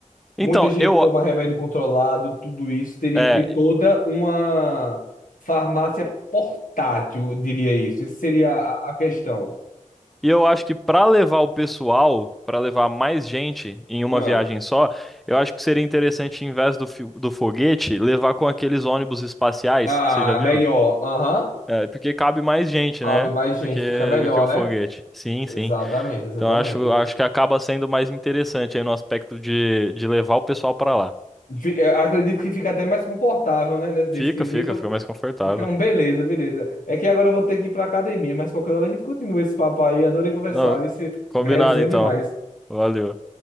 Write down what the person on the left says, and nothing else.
Muita gente
toma remédio controlado, tudo isso. Teria
que ter toda uma farmácia portátil, eu diria isso. Essa seria a, a questão.
Ah,
ah,
melhor. Aham.
Cabe
mais gente,
fica melhor,
né?
Exatamente,
exatamente.
Fi- eh, Acredito que fica até mais confortável, né, nesse nesse
quesito.
Então, beleza, beleza. É que agora eu vou ter que ir pra academia, mas qualquer hora a gente continua esse papo aí. Adorei conversar,
esse
resenha
é demais.